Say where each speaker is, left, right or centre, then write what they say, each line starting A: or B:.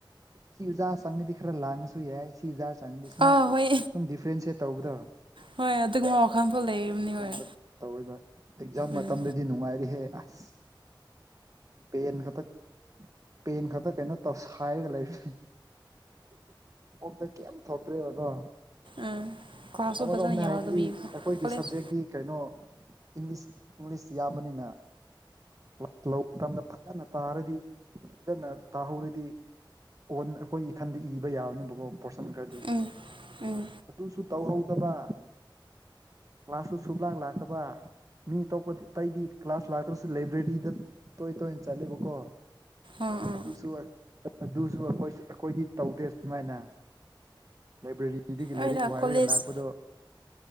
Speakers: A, on the right; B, on the right.
A: ꯁꯤ ꯑꯣꯖꯥ ꯆꯪꯂꯗꯤ ꯈꯔ ꯂꯥꯡꯉꯁꯨ ꯌꯥꯏ ꯁꯤ ꯑꯣꯖꯥ ꯆꯪꯉꯗꯤ ꯁꯨꯃꯥꯏ
B: ꯑꯥ ꯍꯣꯏ
A: ꯁꯨꯝ ꯗꯤꯐ꯭ꯔꯦꯟꯁꯦꯠ ꯇꯧꯕꯗꯣ
B: ꯍꯣꯏ ꯑꯗꯨꯒꯨꯝꯕ ꯋꯥꯈꯜꯐꯥꯎ ꯂꯩꯔꯤꯕꯅꯤ
A: <unintelligible>
B: ꯍꯣꯏ
A: ꯇꯧꯔꯣꯏꯕ ꯑꯦꯛꯖꯥꯝ
B: ꯎꯝ
A: ꯃꯇꯝꯗꯗꯤ ꯅꯨꯡꯉꯥꯏꯔꯤꯍꯦ ꯑꯁ ꯄꯦꯟ ꯈꯛꯇ ꯄꯦꯟ ꯈꯛꯇ ꯀꯩꯅꯣ ꯇꯧ ꯁꯥꯏꯔꯒ ꯂꯩꯕꯁꯤ ꯑꯣꯛꯇ ꯀꯩꯝ ꯊꯣꯛꯇ꯭ꯔꯦꯕꯀꯣ
B: ꯎꯝ ꯀ꯭ꯂꯥꯁꯁꯨ
A: ꯑꯃꯔꯣꯝꯗ
B: ꯐꯖꯅ ꯌꯥꯎꯗꯕꯤꯀꯣ
A: ꯍꯥꯏꯔꯗꯤ ꯑꯩꯈꯣꯏꯒꯤ
B: ꯀꯣꯂꯦꯖ
A: ꯁꯕꯖꯦꯛꯇꯤ ꯀꯩꯅꯣ ꯏꯪꯂꯤꯁ ꯏꯪꯂꯤꯁ ꯌꯥꯝꯕꯅꯤꯅ <unintelligible> ꯃꯇꯝꯗ ꯐꯖꯅ ꯇꯥꯔꯗꯤ ꯐꯖꯅ ꯇꯥꯍꯧꯔꯗꯤ ꯑꯣꯟ ꯑꯩꯈꯣꯏ ꯏꯊꯟꯇꯥ ꯏꯕ ꯌꯥꯕꯅꯦꯕꯀꯣ ꯄꯣꯔꯁꯟ ꯈꯔꯗꯤ
B: ꯎꯝ ꯎꯝ
A: ꯑꯗꯨꯁꯨ ꯇꯧꯍꯧꯗꯕ ꯀ꯭ꯂꯥꯁꯁꯨ ꯁꯨꯡꯂꯥꯛ ꯂꯥꯛꯇꯕ ꯃꯤ ꯑꯇꯣꯞꯄꯗꯤ ꯑꯩꯗꯤ ꯀ꯭ꯂꯥꯁ ꯂꯥꯛꯇ꯭ꯔꯁꯨ ꯂꯥꯏꯕ꯭ꯔꯦꯔꯤꯗ ꯇꯣꯏ ꯇꯣꯏꯟ ꯆꯠꯂꯦꯕꯀꯣ
B: ꯑꯥ ꯑꯥ
A: ꯑꯗꯨꯁꯨ ꯑꯗꯨꯁꯨ ꯑꯩꯈꯣꯏ ꯑꯩꯈꯣꯏꯗꯤ ꯇꯧꯗꯦ ꯑꯁꯨꯃꯥꯏꯅ ꯂꯥꯏꯕ꯭ꯔꯦꯔꯤ <unintelligible>
B: ꯍꯣꯏꯗ
A: ꯂꯥꯏꯔꯤꯛ ꯋꯥꯏꯔꯒ
B: ꯀꯣꯂꯦꯖ
A: ꯂꯥꯛꯄꯗꯣ